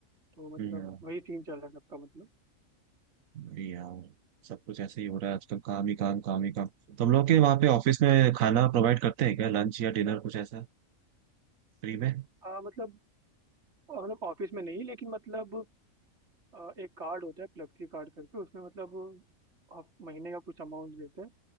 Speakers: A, on the right; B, on the right.
A: तो मतलब
B: हम्म,
A: वही सीन चल रहा है सबका मतलब
B: वही यार सब कुछ ऐसे ही हो रहा है आजकल काम ही काम काम ही काम तुम लोग के वहाँ पे ऑफिस में खाना प्रोवाइड करते हैं क्या लंच या डिनर कुछ ऐसा फ्री में
A: आ, मतलब मतलब ऑफिस में नहीं लेकिन मतलब आ, एक कार्ड होता है फ्लेक्सी कार्ड करके उसमें मतलब आप महीने का कुछ अमाउंट देते हैं